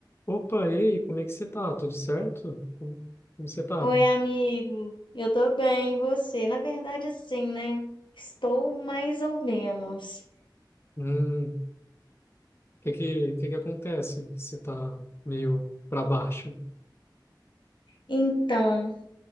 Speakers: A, on the left; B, on the left.
A: Opa, e aí, como é que você tá? Tudo certo? Como, como você tá?
B: Oi, amigo. Eu tô bem, e você? Na verdade, assim, né? Estou mais ou menos.
A: Hum, o que que, que que acontece? Que você tá meio pra baixo?
B: Então,